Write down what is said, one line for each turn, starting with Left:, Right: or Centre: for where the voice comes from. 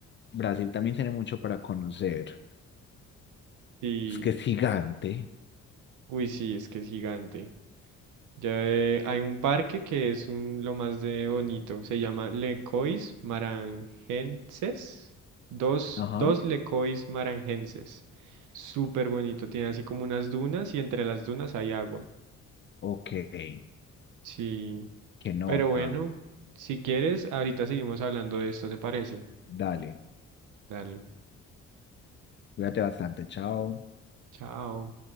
Left: Brasil también tiene mucho para conocer.
Right: Sí,
Left: Es que es gigante.
Right: uy, sí, es que es gigante. Ya eh, hay un parque que es un, lo más de bonito. Se llama Lecois Marangenses. Dos,
Left: Ajá.
Right: dos Lecois Marangenses. Súper bonito. Tiene así como unas dunas y entre las dunas hay agua.
Left: Ok, qué
Right: Sí.
Left: nota.
Right: Pero bueno, si quieres, ahorita seguimos hablando de esto, ¿te parece?
Left: Dale,
Right: Dale.
Left: cuídate bastante, chao.
Right: Chao.